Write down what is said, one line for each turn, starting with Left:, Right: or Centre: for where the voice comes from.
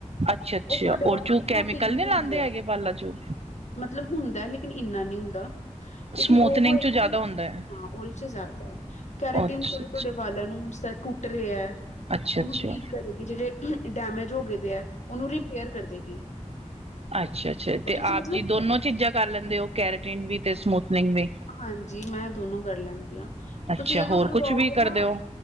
Right: ਅੱਛਾ -ਅੱਛਾ
Left: ਉਹ ਤੁਹਾਡੇ ਵਾਲੇ
Right: ਊਰ ਜੋ
Left: ਨੂੰ ਪ੍ਰੋਟੀਨ
Right: ਕੈਮੀਕਲ ਨੀ
Left: ਦਿੰਦੀ
Right: ਲਾਂਦੇ
Left: ਹੈ
Right: ਹੈਗੇ ਬਾਲਾਂ 'ਚੋਂ
Left: ਮਤਲਬ ਹੁੰਦਾ ਲੇਕਿਨ ਇੰਨਾ ਨਹੀਂ ਹੁੰਦਾ ਲੇਕਿਨ
Right: ਸਮੂਥਨਿੰਗ
Left: ਉਹ ਹੋਏਗੀ,
Right: ਚ ਜ਼ਿਆਦਾ
Left: ਹਾਂ
Right: ਹੁੰਦਾ ਹੈ
Left: ਉਹਦੇ ਚ ਜ਼ਿਆਦਾ ਹੈ ਕੈਰੇਟੀਨ
Right: ਅੱਛਾ
Left: ਥੋੜੇ ਤੁਹਾਡੇ ਵਾਲਾਂ ਨੂੰ ਕੱਟਰੇ ਹੈ,
Right: ਅੱਛਾ
Left: ਉਹਨੂੰ
Right: ਅੱਛਾ
Left: ਠੀਕ ਕਰੇਗੀ ਜਿਹੜੇ ਡੈਮੇਜ ਹੋ ਗਏ ਦੇ ਹੈ ਉਹਨੂੰ ਰਿਪੇਅਰ ਕਰ ਦੇਗੀ
Right: ਅੱਛਾ, ਅੱਛਾ
Left: ਉਹ
Right: ਤੇ
Left: ਤੁਸੀਂ
Right: ਆਪ
Left: ਮਤਲਬ
Right: ਜੀ ਦੋਨੋ ਚੀਜ਼ਾਂ ਕਰ ਲੈਂਦੇ ਉਹ ਕੈਰੇਟੀਨ ਵੀ ਤੇ ਸਮੂਥਨਿੰਗ ਵੀ
Left: ਹਾਂਜੀ, ਮੈਂ ਦੋਨੋ ਕਰ ਲੈਂਦੀ ਹਾਂ
Right: ਅੱਛਾ
Left: ਤੁਸੀਂ ਜਦੋਂ
Right: ਹੋਰ
Left: ਕਰਵਾਓਗੇ
Right: ਕੁਛ ਵੀ
Left: ਨਾ
Right: ਕਰਦੇ ਹੋ